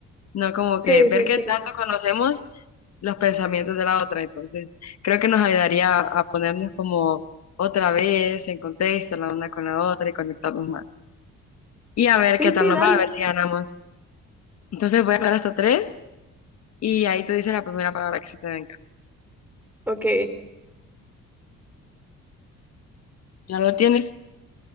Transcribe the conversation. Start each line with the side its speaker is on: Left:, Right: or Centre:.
Left: ¿no? Como
Centre: sí,
Left: que ver
Centre: sí,
Left: qué
Centre: sí.
Left: tanto conocemos los pensamientos de la otra. Entonces, creo que nos ayudaría a ponernos como otra vez en contexto la una con la otra y conectarnos más. Y a ver
Centre: Sí,
Left: qué
Centre: sí,
Left: tal nos
Centre: dale.
Left: va, a ver si ganamos. Entonces, voy a dar hasta tres y ahí te dice la primera palabra que se te venga.
Centre: Ok,
Left: Ya lo tienes.